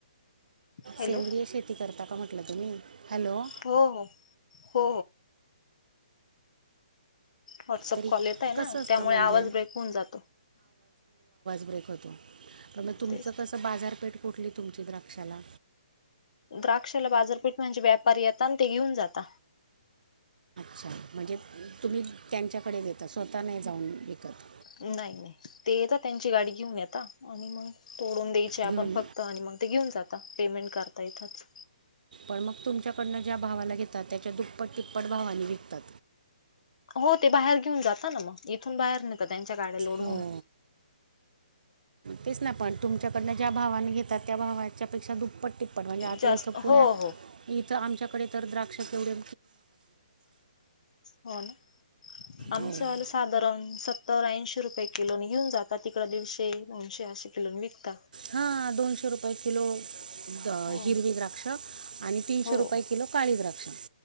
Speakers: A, on the left; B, on the right.
A: हॅलो
B: सेंद्रिय शेती करता का म्हटलं तुम्ही हॅलो,
A: हो हो हो व्हॉट्सअप
B: तरी
A: कॉल येत आहे ना
B: कसं असतं
A: त्यामुळे
B: म्हणजे
A: आवाज ब्रेक होऊन जातो.
B: तुम
A: तेच
B: कस बाारपेठ कुठली तुमच्या द्राक्षाला?
A: द्राक्षाला बाजारपेठ म्हणजे व्यापारी येतात आणि ते घेऊन जाता.
B: अच्छा म्हणजे तुम्ही त्यांच्याकडे देता स्वतः नाही जाऊन विकत
A: नाही नाही ते येत त्यांची गाडी घेऊन येेत आणि मग, तोडून द्यायचे आपण
B: घेऊन
A: फक्त आणि मग ते घेऊन जाता पेमेंट करता इथंच.
B: पण मग तुमच्याकडनं ज्या भावाला घेतात त्याच्या दुप्पट तिप्पट भावाने विकतात.
A: हो ते बाहेर घेऊन जाता ना मग इथून बाहेर नेत त्यांच्या गाड्या लोडहोऊन.
B: हो तेच ना पण तुमच्याकडनं ज्या भावाने घेतात त्या भावाच्या, पेक्षा दुप्पट टिप्पट म्हणजे आता
A: जास्त
B: इथं पुण्या
A: हो हो
B: इथं आमच्याकडे तर द्राक्ष एवढे,
A: हो ना आमचलं
B: हो
A: साधारण तर ऐंशीे रुपये किलो घेऊनात तिकडे दीडशे दोनशे असे किलो विकत
B: हा दोनशे रुपये किलो द
A: हो
B: हिरवी द्राक्ष आणि तीनशे
A: हो
B: रुपये किलो काळी द्राक्ष